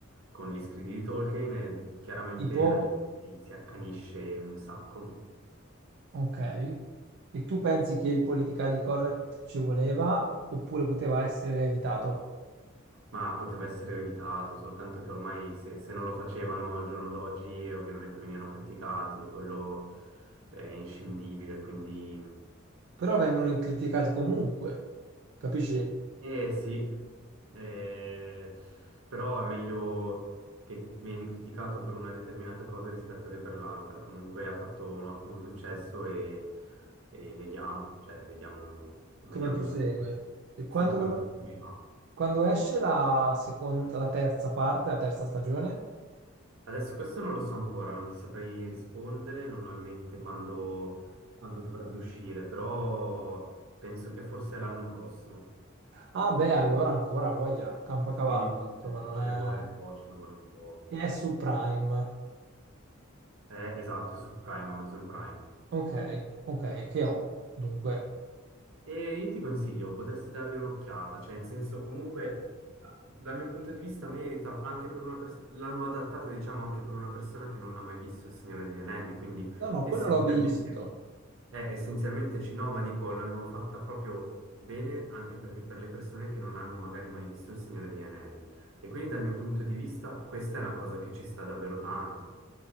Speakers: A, on the right; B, on the right.
A: con gli scritti di Tolkien e chiaramente
B: Tipo?
A: la gente si, si accanisce un sacco.
B: Ok. E tu pensi che il politically correct ci voleva oppure poteva essere evitato?
A: Ma poteva essere evitato, soltanto che ormai se, se non lo facevano al giorno d'oggi eh, ovviamente venivano criticati e quello è inscindibile, quindi...
B: Però vengono criticati comunque. Capisci
A: Eh sì, eh, però è meglio che vieni criticato per una determinata cosa rispetto che per l'altra. Comunque ha fatto un ottimo successo e, e vediamo, cioè vediamo, vediamo
B: come prosegue?
A: un po',
B: E quando,
A: sì, come
B: dovr-
A: proseguirà.
B: quando esce la seconda, la terza parte, la terza stagione?
A: Adesso questo non lo so ancora, non ti saprei rispondere, non ho in mente quando, quando dovrebbe uscire, però penso che forse l'anno prossimo.
B: Ah beh, allora ancora voglia, Campacavallo,
A: Sì, sì,
B: insomma
A: sì,
B: non
A: ce
B: è...
A: ne vuole un po', ce ne vuole un po'.
B: e è su Prime.
A: Eh, esatto, è su Prime, Amazon Prime.
B: Ok, ok, che ho? Dunque,
A: E io ti consiglio, potresti dargli un'occhiata, cioè in senso comunque, ah, dal mio punto di vista merita, anche per una persona, l'hanno adattata diciamo anche per una persona che non ha mai visto Il Signore degli Anelli, quindi
B: no, no,
A: essenzialmente...
B: quello l'ho visto.
A: Eh, essenzialmente ci- no, ma dico, l'hanno fatta proprio bene anche per, per le persone che non hanno magari mai visto Il Signore degli Anelli. E quindi dal mio punto di vista questa è una cosa che ci sta davvero tanto.